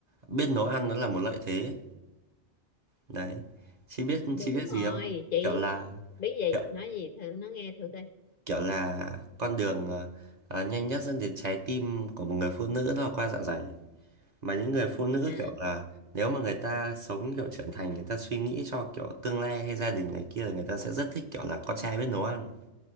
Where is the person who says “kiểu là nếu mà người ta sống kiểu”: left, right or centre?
Right